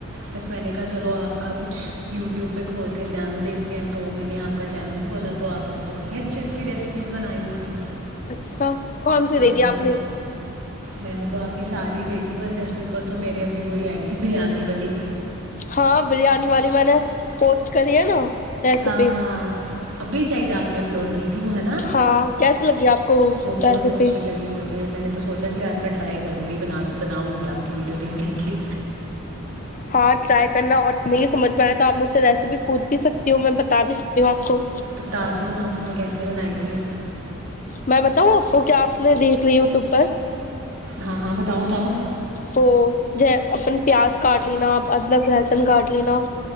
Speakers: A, on the right; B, on the left.
A: بس میں نے کہا چلو آپ کا کچھ یوٹیوب پہ کھول کے چینل دیکھتے ہیں تو میں نے آپ کا چینل کھولا تو آپ نے اتنی اچھی اچھی ریسیپیز بنائی ہوئی تھی
B: اچھا کون سی
A: ہاں
B: دیکھی
A: جی
B: آپ نے
A: من تو آ یہ ساری دے گی بس جسٹ اوپر تو میرے ابھی وہی آئی تھی بریانی والی
B: ہاں بریانی والی میں نے پوسٹ کری ہے نا ریسیپی
A: ہاں ہاں ابھی چاہید اپ نے اپلوڈ کیت ت وہ ہے نا
B: ہاں کیسی لگی آپ کو
A: بہت
B: ریسیپی
A: اچھی لگی مجھے میں نے تو سوچا کہ آج میں ٹرائی کروں گی ب بناؤں گی آپ کی ویڈیو دیکھ دیکھ کے
B: ہاں ٹرائی کرنا اور نہیں سمجھ پا رہے تو آپ مجھ سے ریسیپی پوچھ بھی سکتے میں بتا بھی سکتی ہوں آپ کو
A: بتا دو آپ نے کیسے بنائی تھی
B: میں بتاؤں آپ کو کیا آپ نے دیکھ لی یوٹیوب پر
A: ہاں ہاں بتاؤ بتاؤ
B: تو ج اپن پیاز کاٹ لینا ادرک لہسن کاٹ لینا